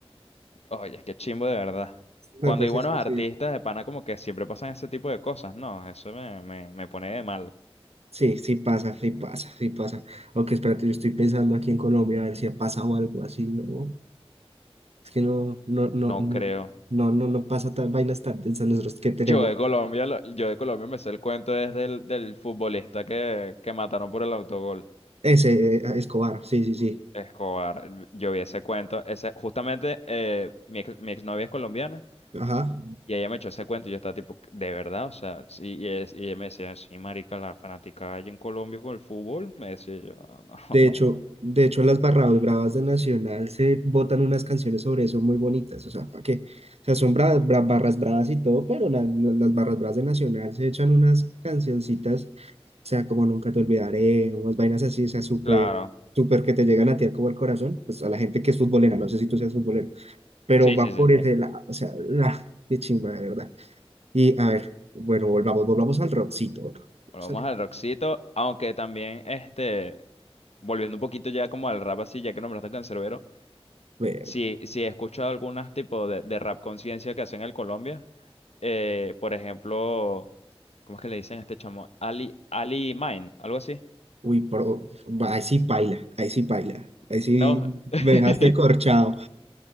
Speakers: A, on the left; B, on the right.
A: Oye, es que chimbo de verdad.
B: No,
A: Cuando
B: pues
A: hay buenos
B: es que
A: artistas
B: sí.
A: de pana, como que siempre pasan ese tipo de cosas, ¿no? Eso me, me, me pone de mal.
B: Sí, sí pasa, sí pasa, sí pasa. Aunque espérate, yo estoy pensando aquí en Colombia a ver si ha pasado algo así, ¿no? Es que no, no, no,
A: No
B: no,
A: creo.
B: no, no, no pasa tan vainas tan densas nosotros que tenemos.
A: Yo de Colombia, lo- yo de Colombia me sé el cuento desde el del futbolista que, que mataron por el autogol.
B: Ese, eh, Escobar, sí, sí, sí.
A: Escobar. Yo vi ese cuento. Ese, justamente eh, mi, ex, mi exnovia es colombiana
B: Ajá.
A: y ella me echó ese cuento y yo estaba tipo, ¿de verdad? O sea, sí, y, es- y ella me decía, sí, marica, la fanática allá en Colombia con el fútbol. Me decía yo, no, <laughs>
B: De
A: no, no,
B: hecho,
A: no. no".
B: de hecho, en las barradas bravas de Nacional se botan unas canciones sobre eso muy bonitas, o sea, ¿para qué? O sea, son bra- bra- barras bravas y todo, pero la- la- las barras bravas de Nacional se echan unas cancioncitas, o sea, como Nunca te olvidaré, unas vainas así, o sea, súper,
A: Claro.
B: súper que te llegan a ti como al corazón, pues a la gente que es futbolera, no sé si tú seas futbolero, pero
A: Sí,
B: va
A: sí,
B: por
A: sí.
B: ese lado, o sea, ah, qué chimba, de verdad. Y a ver, bueno, volvamos, volvamos al rockcito, volvamos
A: Bueno, vamos
B: al
A: al rockcito, aunque también, este, volviendo un poquito ya como al rap así, ya que nombraste Canserbero,
B: rock.
A: sí, sí he escuchado algunas tipos de, de rap conciencia que hacen en Colombia, eh, por ejemplo, ¿cómo es que le dicen a este chamo? Ali, Ali Mine, algo así.
B: Uy, pero ahí sí paila, ahí sí paila, ahí sí
A: No, <laughs>
B: me dejaste corchado.